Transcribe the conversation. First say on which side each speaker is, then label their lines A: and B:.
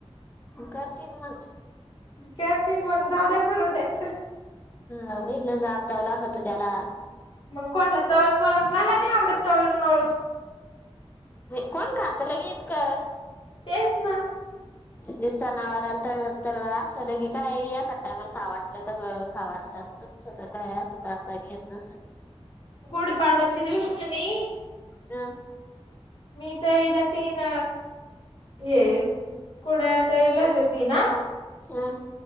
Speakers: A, on the left; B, on the left.
A: मी करते मग
B: करतील मग जाऊ द्या करू द्या
A: होवुना आबदाव लागत त्याला
B: मग कोणलं, तळण मळून मला नाही आवडत. तळण मळून
A: कोण खातलं, इत क
B: तेच ना...
A: जे जनावरला तळ तळ असलं की, काय या एका टायमाल खा वाटलं, तर खावाटलं तर, तु स्वता काय असं तळता भी येत नसेल
B: गुढी पाडव्याच्या दिवशींगणे
A: हम....
B: मी, तर इला तीन हे कुड तर येला होत. ती ना
A: हम्...